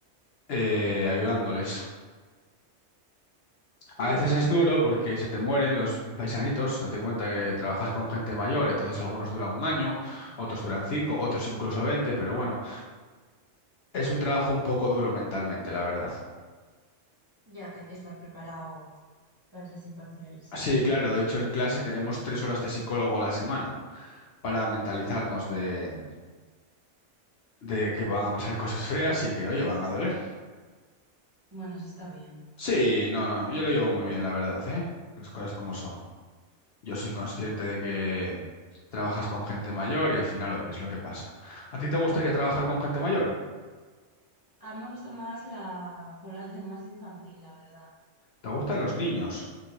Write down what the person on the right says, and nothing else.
qué
bien.
Ya que hay que estar preparado para esas situaciones, imagino.
Bueno, eso está bien.
A mí me gusta más la población más infantil, la verdad.